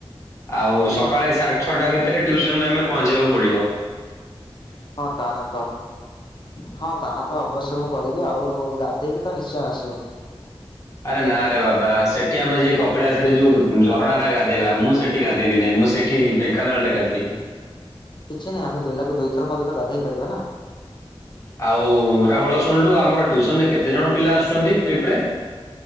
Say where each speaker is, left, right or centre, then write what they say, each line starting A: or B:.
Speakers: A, on the left; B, on the left.
A: ଆଉ ସକାଳେ ସାଡେ ଛଅଟା ଭିତରେ ଟ୍ୟସନ ରେ ଆମେ ପହଞ୍ଚିବାକୁ ପଡିବ‌।
B: ହଁ ତାହତ। ହଁ ତାହା ତ ଅବଶ୍ୟ ମୁଁ କରିବି ଆଉ ଗାଧେଇକି ତ ନିଶ୍ଚୟ ଆସିବ।
A: ଆରେ ନା ରେ ବାବା ସେଠି ଆମେ ଯେ କପିଳାସରେ ଯୋଉ ଝରଣା ଟା ଗାଧେଇବା, ମୁଁ ସେଠି ଗାଧେଇବି ନାହିଁ ମୁଁ ସେ ସେଠି ଢେଙ୍କାନାଳ ରେ ଗାଧେଇବି।
B: କିଛି ନାହିଁ ଆମେ ଦିନକୁ ଦୁଇଥର ମଧ୍ୟ ତ ଗାଧୋଇ ପାରିବା ନା?
A: ଆଉ ରାହୁଳ ଶୁଣିଲୁ ଆମର ଟିଉସନ ରେ କେତେ ଜଣ ପିଲା ଆସୁଛନ୍ତି ଟ୍ରିପ ରେ।